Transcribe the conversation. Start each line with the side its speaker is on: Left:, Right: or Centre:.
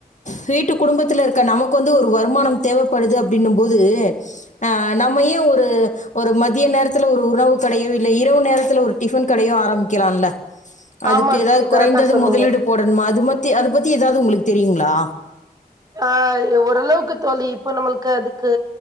Left: சீட்டு குடும்பத்துல இருக்க நமக்கு வந்து ஒரு வருமானம் தேவைப்படுது அப்டீனும் போது ஆ நம்மயே ஒரு ஒரு மதிய நேரத்துல ஒரு உணவு கடையோ இல்ல இரவு நேரத்துல ஒரு டிஃபன் கடையோ ஆரம்பிக்கலால்ல அதுக்கு
Right: ஆமா
Left: ஏதாவது
Right: தோழி
Left: குறைந்தது
Right: கரெக்டா சொன்னீங்க
Left: முதலீடு போடணுமா அது மத்தி அது பத்தி ஏதாவது உங்களுக்கு தெரியுங்களா
Right: ஆ ஒரளவுக்கு தோழி இப்போ நம்மள்க்கு அதுக்கு